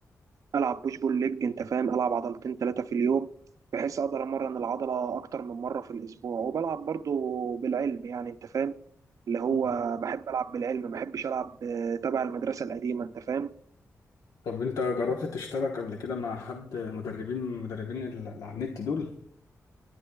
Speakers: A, on the right (about 70°); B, on the left (about 90°).
A: العب بوش بول ليج انت فاهم العب عضلتين ثلاثه في اليوم بحيث اقدر امرن العضله اكتر من مره في الاسبوع وبلعب برضو بالعلم يعني انت فاهم اللي هو
B: مم.
A: بحب العب بالعلم ما بحبش العب آه، تبع المدرسه القديمه انت فاهم
B: طب انت جربت تشترك قبل كده مع حد مدربين من المدربين اللي على النت دول